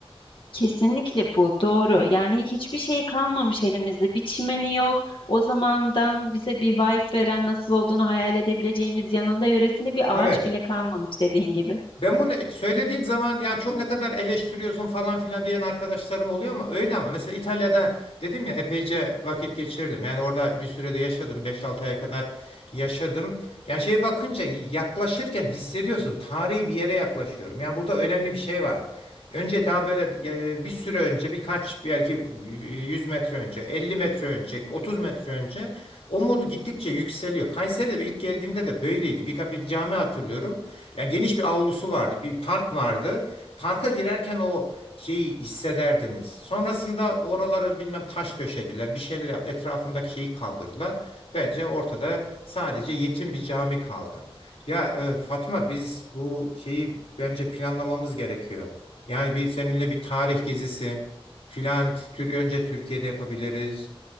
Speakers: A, on the left; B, on the left.
A: Kesinlikle bu doğru. Yani hiçbir şey kalmamış elimizde. Bir çimeni yok. O zamandan bize bir vibe veren nasıl olduğunu hayal edebileceğimiz yanında yöresinde bir
B: Evet.
A: ağaç bile kalmamış dediğin gibi.
B: Ben bunu söylediğim zaman yani çok ne kadar eleştiriyorsun falan filan diyen arkadaşlarım oluyor ama öyle ama mesela İtalya'da dedim ya epeyce vakit geçirdim. Yani orada bir sürede yaşadım. beş altı aya kadar yaşadım. Yani şeye bakınca yaklaşırken hissediyorsun. Tarihi bir yere yaklaşıyorum. Yani burada önemli bir şey var. Önce daha böyle e, bir süre önce birkaç belki e, 100 metre önce 50 metre önce 30 metre önce o modu gittikçe yükseliyor. Kayseri'de ilk geldiğimde de böyleydi. Birkaç bir cami hatırlıyorum. Yani geniş bir avlusu vardı, bir park vardı. Parka girerken o şeyi hissederdiniz. Sonrasında oraları bilmem taş döşediler, bir şeyler yaptı. Etrafındaki şeyi kaldırdılar. Bence ortada sadece yetim bir cami kaldı. Ya e, Fatma biz bu şeyi bence planlamamız gerekiyor. Yani bir seninle bir tarih gezisi filan tür önce Türkiye'de yapabiliriz.